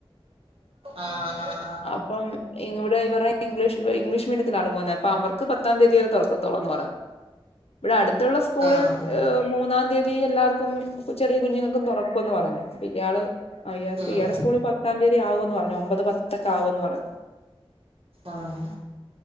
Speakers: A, on the right; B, on the left.
A: ആഹ് ആഹ്
B: അപ് ഇപ്പം ഇവടെ ഇവറെ ഇംഗ്ലീഷ് ഇംഗ്ലീഷ് മീഡിയത്തിലാള് പോവുന്നെ അപ്പ അവർക്ക് പത്താം തീയതി തൊറക്കത്തോള്ളൂന്ന് പറഞ് ഇവിടെ അടുത്തുള്ള സ്കൂളിൽ
A: ആഹ് ആഹ്
B: മൂന്നാംതി ഈ എല്ലാർക്കും ചെറിയ കുഞ്ഞുങ്ങൾക്കും തൊറക്കുംന്ന് പറഞ്ഞു ഇയാള് ആഹ് ഇയാക്ക്
A: ഉം
B: ഇയാളെ സ്കൂള്ള് പ- പത്താം തീയതി ആവൂന്ന് പറഞ്ഞു ഒമ്പത് പത്തൊക്കെ ആവൂന്ന് പറഞ്ഞു
A: ആഹ്